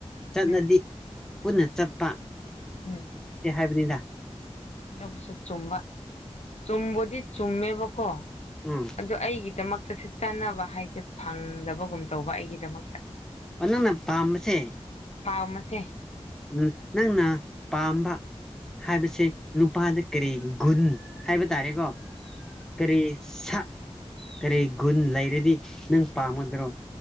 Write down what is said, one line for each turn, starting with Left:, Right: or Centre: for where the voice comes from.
Centre: ꯆꯠꯂꯗꯤ
Left: ꯎꯝ
Centre: ꯄꯨꯟꯅ ꯆꯠꯄ
Left: ꯎꯝ
Centre: ꯍꯥꯏꯕꯅꯤꯗ
Left: ꯑꯗꯨꯕꯨꯁꯨ ꯆꯨꯝꯕ ꯆꯨꯝꯕꯨꯗꯤ ꯆꯨꯝꯃꯦꯕꯀꯣ
Centre: ꯎꯝ
Left: ꯑꯗꯣ ꯑꯩꯒꯤꯗꯃꯛꯇꯁꯨ ꯆꯥꯟꯅꯕ ꯍꯥꯏꯁꯦ ꯐꯪꯗꯕꯒꯨꯝ ꯇꯧꯕ ꯑꯩꯒꯤꯗꯃꯛꯇ
Centre: ꯑꯣ ꯅꯪꯅ ꯄꯥꯝꯕꯁꯦ
Left: ꯄꯥꯎ ꯃꯁꯦ
Centre: ꯎꯝ ꯅꯪꯅ ꯄꯥꯝꯕ ꯍꯥꯏꯕꯁꯦ
Left: ꯎꯝ
Centre: ꯅꯨꯄꯥꯗ ꯀꯔꯤ ꯒꯨꯟ ꯍꯥꯏꯕ ꯇꯥꯔꯦꯀꯣ ꯀꯔꯤ ꯁꯥꯛ ꯀꯔꯤ ꯒꯨꯟ ꯂꯩꯔꯗꯤ ꯅꯪ ꯄꯥꯝꯃꯗ꯭ꯔꯣ